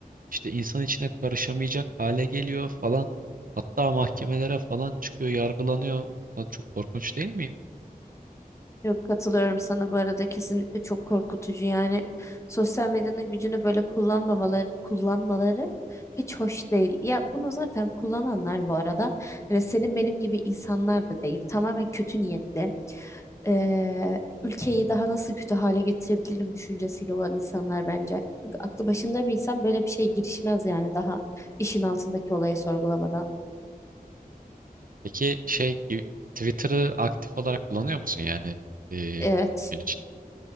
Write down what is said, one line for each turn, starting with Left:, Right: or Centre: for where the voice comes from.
Right: İşte insan içine karışamayacak hale geliyor falan. Hatta mahkemelere falan çıkıyor, yargılanıyor. Lan Çok korkunç değil mi ya?
Left: Yok katılıyorum sana bu arada kesinlikle çok korkutucu yani sosyal medyanın gücünü böyle kullanmamaları kullanmaları hiç hoş değil. Ya bunu zaten kullananlar bu arada hani senin benim gibi insanlar da değil tamamen kötü niyetli Ee, ülkeyi daha nasıl kötü hale getirebilirim düşüncesiyle olan insanlar bence. Çünkü aklı başında bir insan böyle bir şeye girişmez yani daha işin altındaki olayı sorgulamadan.
Right: Peki şey gibi- Twitter'ı aktif olarak kullanıyor musun yani e,
Left: Evet
Right: gün içinde?